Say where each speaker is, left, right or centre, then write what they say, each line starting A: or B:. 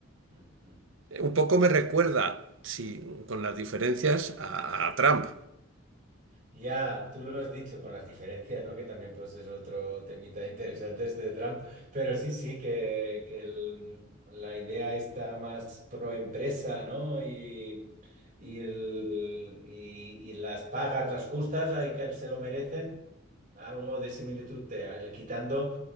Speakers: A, on the right; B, on the right.
A: ujú,
B: Un poco me
A: Sí.
B: recuerda, sí, con las diferencias a, a Trump.
A: Ya, tú lo has dicho con las diferencias, ¿no? Que también pues es otro temita interesante este de Trump, pero sí, sí, que, que el- la idea está más pro empresa, ¿no? Y, y, el- y- y las pagas, las justas, hay que se lo merecen. algo de similitud te- al- quitando